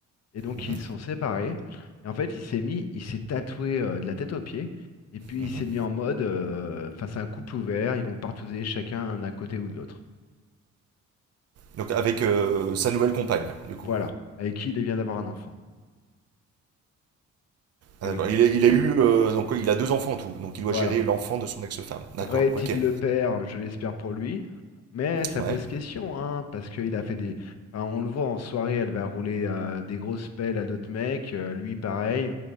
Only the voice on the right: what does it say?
mhm,
mhm.
Donc, avec euh, sa nouvelle compagne, du coup.
Ah,
D'accord. Il est, il a eu, euh, donc, il a deux enfants en tout. Donc, il doit
gérer l'enfant de son ex-femme. D'accord,
ok.
Ouais.